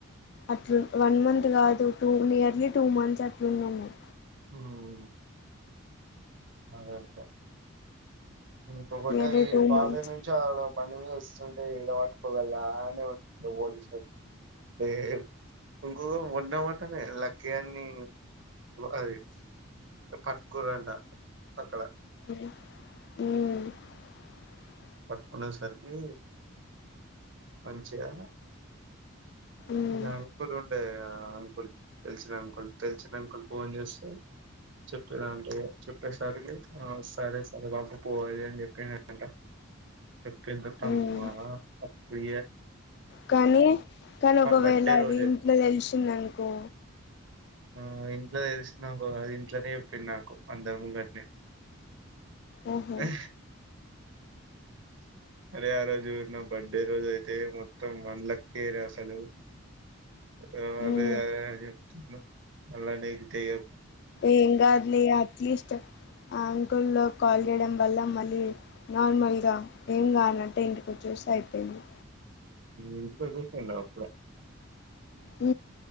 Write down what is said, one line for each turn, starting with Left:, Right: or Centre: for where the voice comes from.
Left: అట్లా వన్ మంత్ కాదు టూ నియర్లీ టూ మంత్స్ అట్లున్నం మేం.
Right: అవును అదే <unintelligible> ఇంకొకటటి
Left: నియర్లీ
Right: ఈ
Left: టూ
Right: కాలీని
Left: మంత్స్
Right: నుంచి ఆడ బండిమీద వస్త తే ఈడ పట్టుకోలె ఆడనే పట్టుకున్నారు ఆడ <inaudible> <inaudible> <inaudible> ఇంకొకటి మొన్న మొన్ననే లక్కీ గాన్ని అది పట్టుకుంరంటా. అక్కడ
Left: హ
Right: పట్టుకునే సరికి మంచిగా
Left: ఉమ్
Right: ఈ అంకుల్ ఉండే ఆ అంకుల్ తెలిసిన అంకుల్ తెలిసిన అంకుల్ ఫోన్ చేస్తే చెప్పంట చెప్పేసరికి సరే సరే బాబు పోది అని చెప్పినంట ఎప్పు తట అమ్మా
Left: ఉమ్
Right: అప్ప <inaudible>
Left: కానీ కానీ ఒకవేళ
Right: బర్త్డే
Left: అది
Right: రోజే
Left: ఇంట్లో తెలిసిందనుకో
Right: ఆ ఇంట్లో తెసిన అది ఇంట్లోనే చెప్పింది నాకు అందరు ముంగత్నే
Left: ఓహో
Right: ఆ అరే ఆ రోజు నా బర్త్డే రోజు అయితే మొత్తం వంలకిర అసలు అ
Left: ఉమ్
Right: అని చెప్తున మళ్ళ న తె
Left: ఏం కాదులే అట్లెస్ట్ ఆ అంకుల్లో కాల్ చేయడం వల్ల మళ్ళీ నార్మల్గా ఏం కానట్టే ఇంటికి వచ్చూస్తే అయిపోయింది
Right: ఇంటికి వచ్చేసిండు కదా అప్పుడ
Left: హ